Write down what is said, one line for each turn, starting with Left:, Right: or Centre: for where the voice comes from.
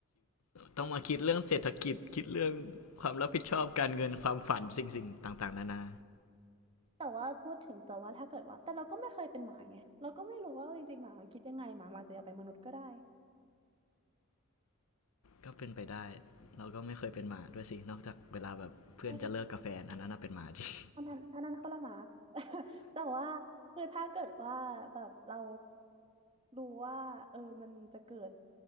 Left: ต้องมาคิดเรื่องเศรษฐกิจคิดเรื่องความรับผิดชอบการเงินความฝันสิ่งๆต่างๆนานา
Right: แต่ว่าพูดถึงแต่ว่าถ้าเกิดว่าแต่เราก็ไม่เคยเป็นหมาไงเราก็ไม่รู้ว่าจริงๆหมามันคิดยังไงหมามันอาจจะอยากเป็นมนุษย์ก็ได้
Left: ก็เป็นไปได้เราก็ไม่เคยเป็นหมาด้วยสินอกจากเวลาแบบเพื่อนจะเลิกกาแฟอันนั้นน่ะเป็นหมาจริง
Right: ใช่ อันนั้นอันนั้นคนละหมา <laughs> แต่ว่าคือถ้าเกิดว่าแบบเรารู้ว่าเออมันจะเกิด